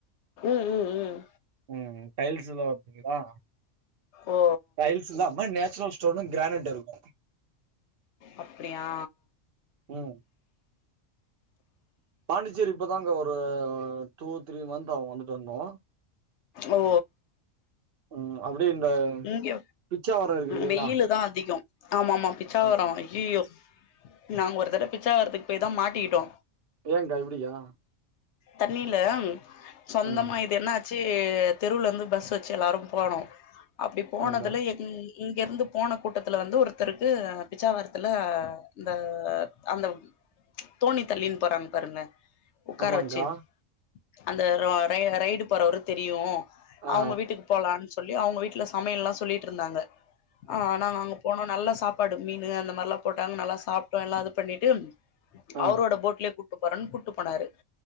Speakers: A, on the left; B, on the right.
A: ம் ம்
B: ம் டைல்ஸ் எல்லா <unintelligible>
A: ஓ
B: டைல்ஸ் இல்லாம நேச்சுரல் ஸ்டோனு கிரரானைட் இருக்கு
A: அப்டியா
B: ம் பாண்டிச்சேரி இப்பதாங்கா ஒரு டூ த்ரீ மந்த்த் ஆவு வந்துட்டு வந்தோ
A: ஓ
B: ம் அப்டியே இந்த
A: இங்க
B: பிச்சாவரம் இருக்கு இல்லைங்களா
A: வெயிலு தா அதிகம் ஆமாமா பிச்சாவரம்
B: ஆமா
A: ஐயையோ நாங்க ஒரு தடவ பிச்சாவரத்துக்கு போய் தா மாட்டிக்கிட்டோ
B: ஏங்க்கா எப்டிக்கா
A: தண்ணில சொந்தமா
B: ம்
A: இது என்னா ச்சு தெருல இருந்து பஸ் வச்சு எல்லாரு போனோ அப்டி போனதுல
B: ஆங்க்கா
A: எ ம் இங்கிர்ந்து போன கூட்டத்துல வந்து ஒருத்தருக்கு பிச்சாவரத்துல இந்த அந்த தோணி தள்ளீன் போறாங் பாருங்க உக்கார
B: ஆமாங்க்கா
A: வெச்சு அந்த ரோ ரை ரைடு போறவரு தெரியு
B: ஆ
A: அவுங்க வீட்டுக்கு போலான் சொல்லி அவங்க வீட்ல சமையல்லா சொல்லிட்ருந்தாங்க ஆ நாங்க அங்க போனோ நல்லா சாப்பாடு மீனு அந்த மார்லா போட்டாங்க நல்லா சாப்ட்டோ எல்லா அது பண்ணிட்டு
B: ஆ
A: அவரோட போட்லயே கூப்ட்டு போறேன் கூப்ட்டு போனாரு